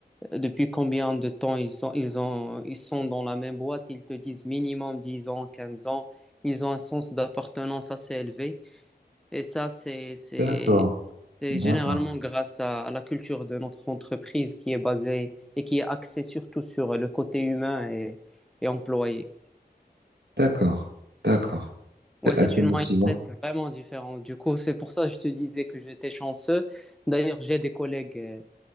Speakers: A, in the centre; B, on the right (about 80°).
A: depuis combien de temps ils sont, ils ont, ils sont dans la même boîte, ils te disent minimum 10 ans, 15 ans. Ils ont un sens d'appartenance assez élevé. Et ça, c'est, c'est,
B: D'accord,
A: c'est
B: d'accord,
A: généralement grâce à, à la culture de notre entreprise qui est basée et qui est axée surtout sur le côté humain et, et employé.
B: d'accord, d'accord.
A: Ouais,
B: C'est
A: c'est
B: assez
A: une
B: motivant.
A: mindset vraiment différente. Du coup, c'est pour ça que je te disais que j'étais chanceux. D'ailleurs, j'ai des collègues euh,